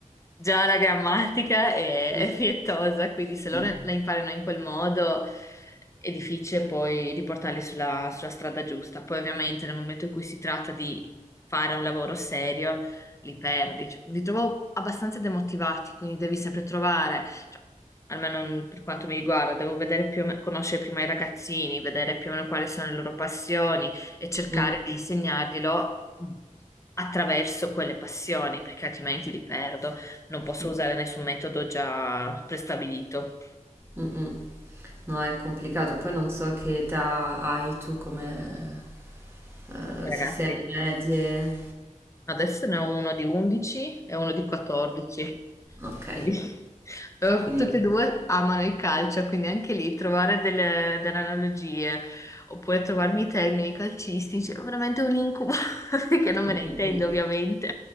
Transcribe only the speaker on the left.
Già la grammatica è,
è fietosa, quindi se loro
la imparano in quel modo è difficile poi riportarli sulla, sulla strada giusta. Poi ovviamente nel momento in cui si tratta di fare un lavoro serio, li perdi. Cioè, li trovo abbastanza demotivati, quindi devi sempre trovare, cioè, almeno per quanto mi riguarda, devo vedere più o me- conoscere prima i ragazzini, vedere più o meno quali sono le loro passioni e cercare
di insegnarglielo attraverso quelle passioni, perché altrimenti li perdo non posso
usare nessun metodo già prestabilito.
Ragazzi,
Adesso ne ho uno di 11 e uno di 14.
Quindi, <laughs> eh,
Tutti e
due amano il calcio, quindi anche lì trovare delle, delle analogie oppure trovarmi i termini calcistici è veramente un incubo, <laughs> che non me
ne intendo
ovviamente.